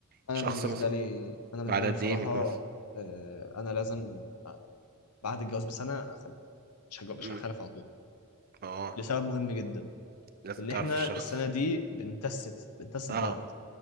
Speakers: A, on the left; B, on the right.
A: انا
B: شخص
A: بالنسبه
B: مثلا
A: لي انا بالنسبه
B: بعد قد
A: لي بصراحه
B: ايه من الجواز
A: آه، انا لازم بعد الجواز بسنه أخل... مش هج- مش
B: مم.
A: هخالف على طول
B: اه
A: لسبب مهم جدا
B: لازم
A: ان
B: تعرف
A: احنا
B: الشخص
A: السنه دي بنتست بنتست
B: اه
A: بعض